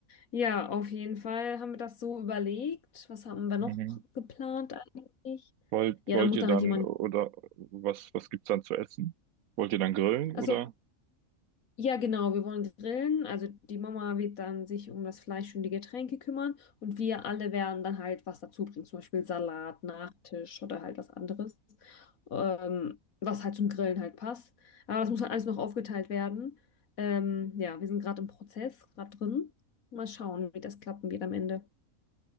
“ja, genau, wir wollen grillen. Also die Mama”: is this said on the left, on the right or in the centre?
Left